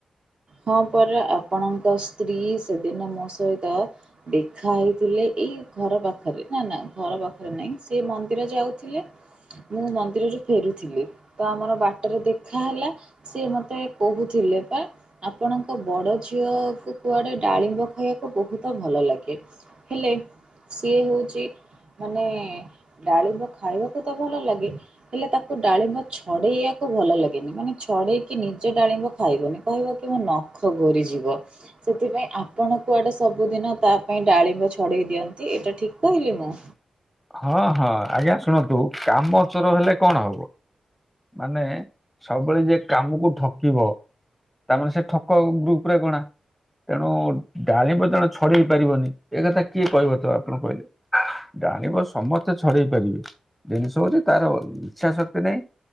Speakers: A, on the right; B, in the centre.
A: ହଁ ପରା। ଆପଣଙ୍କ ସ୍ତ୍ରୀ ସେଦିନ ମୋ ସହିତ ଦେଖା ହେଇଥିଲେ ଏଇ ଘର ପାଖରେ। ନା ନା ଘର ପାଖରେ ନାହିଁ। ସେ ମନ୍ଦିର ଯାଉଥିଲେ। ମୁଁ ମନ୍ଦିରରୁ ଫେରୁଥିଲି ତ ଆମର ବାଟରେ ଦେଖା ହେଲା। ସିଏ ମତେ କହୁଥିଲେ ପା। ଆପଣଙ୍କ ବଡ଼ ଝିଅକୁ କୁଆଡ଼େ ଡାଳିମ୍ବ ଖାଇୟାକୁ ବହୁତ ଭଲ ଲାଗେ। ହେଲେ। ସିଏ ହୋଉଚି ମାନେ ଡ଼ାଳିମ୍ବ ଖାଇବାକୁ ତ ଭଲ ଲାଗେ। ହେଲେ ତାକୁ ଡ଼ାଳିମ୍ବ ଛଡ଼େଇୟାକୁ ଭଲ ଲାଗେନି। ମାନେ ଛଡ଼େଇକି ନିଜେ ଡ଼ାଳିମ୍ବ ଖାଇବନି କହିବ କହିବ ମୋ ନଖ ଘୋରିଯିବ। ସେଥିପାଇଁ ଆପଣ କୁଆଡେ ସବୁଦିନ ତା ପାଇଁ ଡାଳିମ୍ବ ଛଡେଇ ଦିଅନ୍ତି। ଏଇଟା ଠିକ କହିଲି ନା।
B: ହଁ ହଁ ଆଜ୍ଞା ଶୁଣନ୍ତୁ କାମ ଚୋର ହେଲେ କଣ ହବ। ମାନେ ସବୁବେଳେ ଯିଏ କାମକୁ ଠକିବ। ତା ମାନେ ସେ ଠକ ଗ୍ରୁପ୍ ରେ ଗଣା। ତେଣୁ ଡାଲିମ୍ବ ଜଣେ ଛଡେଇ ପାରିବନି ଏ କଥା କିଏ କହିବ ତ ଆପଣ କହିଲେ। ଡାଳିମ୍ବ ସମସ୍ତେ ଛଡେଇ ପାରିବେ ଜିନିଷ ହଉଛି ତାର ଇଚ୍ଛା ଶକ୍ତି ନାହିଁ।